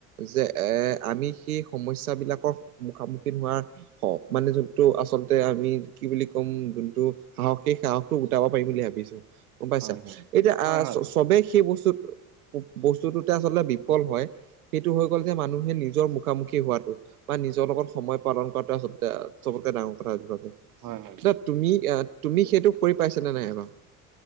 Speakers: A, on the right (about 90°); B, on the right (about 50°).
A: যে এহ আমি সেই সমস্যা বিলাকৰ মুখামুখী হোৱা হ মানে যোনটো আচলতে আমি কি বুলি ক'ম যোনটো সাহস সেই সাহসটো গোটাব পাৰিম বুলি ভাবিছো গম পাইছা
B: হয় হয়
A: এতিয়া আহ
B: হয় হয়
A: চবেই সেই বস্তুটো বস্তুটোতে আচলতে বিফল হয় সেইটো হৈ গ'ল যে মানুহে নিজৰ মুখামুখি হোৱাটো বা নিজৰ লগত সময় পালন কৰাটো আচলতে চবতকে ডাঙৰ কথা বুলি ভাবো
B: হয় হয়
A: তুমি আ তুমি সেইটো কৰি পাইছা নে নাই এবাৰো?